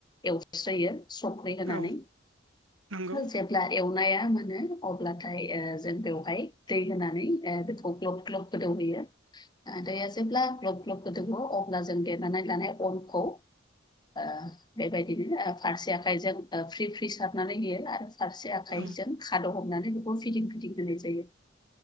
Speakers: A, on the left; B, on the right.
A: एवस्रोयो संख्रै होनानै
B: औ नंगौ
A: जेब्ला एउ- नाया मोनो अब्लाथाय ओ जों बेवहाय दै होनानै ओ बेखौ ग्लब ग्लब गोदौहोयो दैया जेब्ला ग्लब ग्लब गोदौवो अब्ला जों देनानै लानाय अनखौ ओ बेबायदिनो ओ फारसे आखाइजों ओ फ्रि फ्रि सारनानै होयो आरो फारसे आाइजों
B: औ
A: खादौ' हमनानै बेखौ फिदिं फिदिं होनाय जायो